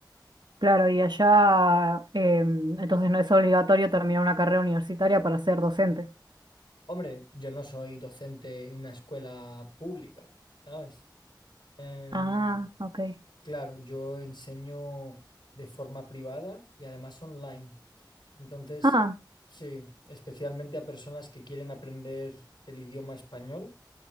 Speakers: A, on the right; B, on the left.
A: Claro, y allá, em, entonces no es obligatorio terminar una carrera universitaria para ser docente.
B: Hombre, yo no soy docente en una escuela pública, ¿sabes? Em,
A: Ah, ok.
B: claro, yo enseño de forma privada y además online. Entonces,
A: Ah,
B: sí, especialmente a personas que quieren aprender el idioma español